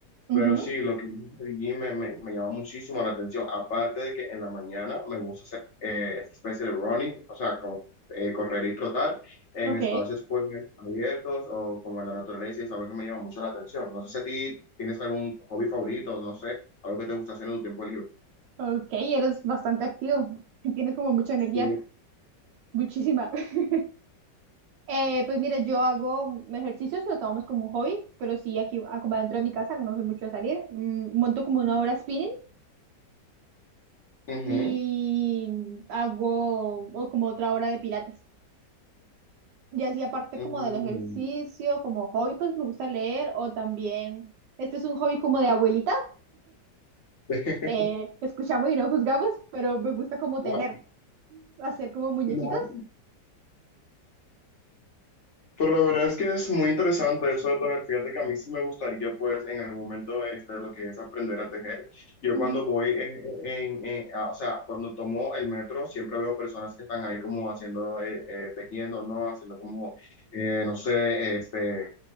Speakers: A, on the right; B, on the left.
A: Ujú,
B: Pero sí, lo que dices del gym me, me, me llama muchísimo la atención. Aparte de que en la mañana me gusta hacer eh, especie de running, o sea, como eh, correr y trotar en
A: Ok,
B: espacios pues abiertos o como en la naturaleza y es algo que me llama mucho la atención. No sé si a ti tienes algún hobby favorito, no sé, algo que te gusta hacer en tu tiempo libre.
A: ok, eres bastante activo, <laughs> tienes como mucha energía,
B: Sí.
A: muchísima. <laughs> Eh, pues mira, yo hago ejercicios, lo tomamos como un hobby, pero sí, aquí, ah, como adentro de mi casa, no soy mucho de salir, mm, monto como una hora spinning
B: Ujú.
A: y hago o como otra hora de pilates. Y así aparte
B: Mm.
A: como del ejercicio, como hobby, pues me gusta leer o también, este es un hobby como de abuelita,
B: <laughs>
A: eh, escuchamos y no juzgamos, pero me gusta como tejer.
B: No,
A: hacer como muñequitos.
B: no. Pero la verdad es que es muy interesante eso de tejer. Fíjate que a mí sí me gustaría, pues, en algún momento, este, lo que es aprender a tejer. Yo
A: Ujú.
B: cuando voy, eh, en, en- a- o sea, cuando tomo el metro, siempre veo personas que están ahí como haciendo, eh, eh, tejiendo, ¿no? Haciendo como, eh, no sé, este